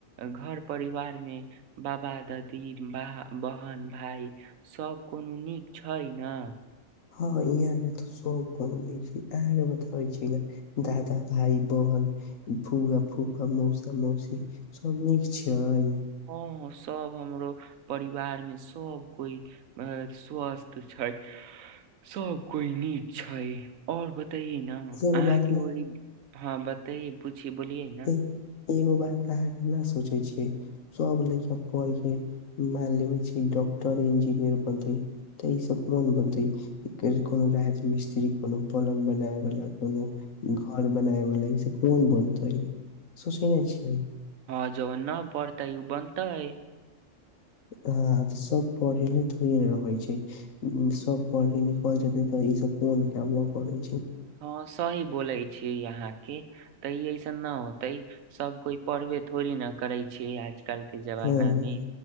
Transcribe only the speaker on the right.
घर-परिवार मे बाबा, दादी, भा, बहन, भाय सब कुनू नीक छै ने।
हाँ सब हमरो परिवार मे सब कोई अ स्वस्थ छै, सब कोई नीक छै। हय और बताई ना
अहाँके
ओरी हाँ बताई पु छी बोलियै ना।
हाँ जबन ना पढ़तै उ बनतै।
हाँ सही बोलै छी इहाँ के तऽ इ ऐसन ना होते, सब कोय पढ़बे थोड़ी ना करै छै आज काल के जमाना
मे।